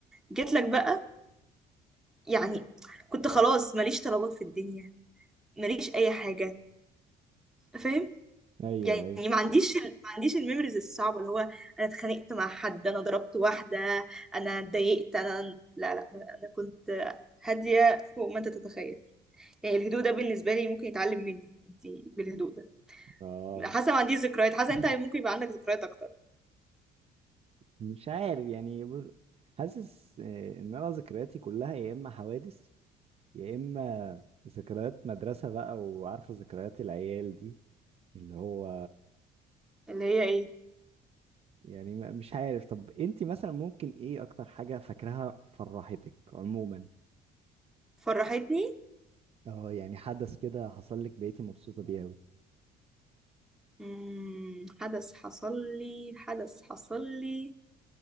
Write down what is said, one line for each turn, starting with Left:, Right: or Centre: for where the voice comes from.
Centre: جيت لك بقى يعني كنت خلاص ماليش طلبات في الدنيا ماليش اي حاجه فاهم
Right: ايوه
Centre: يعني
Right: ايوه
Centre: ما عنديش ال- ما عنديش الميموريز الصعبه اللي هو انا اتخانقت مع حد انا ضربت واحده انا اتضايقت انا لا لا انا كنت هاديه فوق ما انت تتخيل يعني الهدوء ده بالنسبه لي ممكن يتعلم مني انت بالهدوء ده
Right: اه
Centre: حاسه ما عنديش ذكريات حاسه
Right: <laughs>
Centre: انت ممكن يبقى عندك ذكريات اكتر
Right: مش عارف يعني ب- حاسس آه، ان انا ذكرياتي كلها يا اما حوادث يا اما ذكريات مدرسة بقى وعارفة ذكريات العيال دي اللي هو
Centre: اللي هي ايه
Right: يعني ما- مش عارف طب انت مثلا ممكن ايه اكتر حاجة فاكراها فرحتك عموما
Centre: فرحتني
Right: اه يعني حدث كده حصل لك بقيتي مبسوطة بيه اوي
Centre: مم... حدث حصل لي حدث حصل لي